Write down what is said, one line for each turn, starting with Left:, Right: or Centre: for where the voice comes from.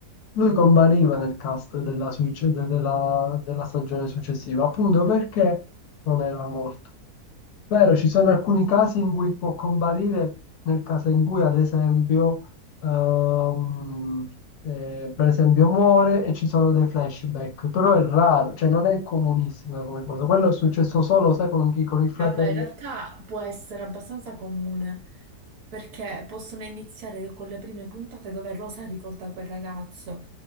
Left: lui compariva nel cast della, succe- della della stagione successiva, appunto perché non era morto. Vero, ci sono alcuni casi in cui può comparire, nel caso in cui ad esempio, ehm, eh, per esempio muore e ci sono dei flashback, però è raro, cioè non è comunissima come cosa. Quello è successo solo, sai, con chi? Con il fratello.
Right: Vabbè, in realtà può essere abbastanza comune perché possono iniziare con le prime puntate dove Rosa ricorda quel ragazzo.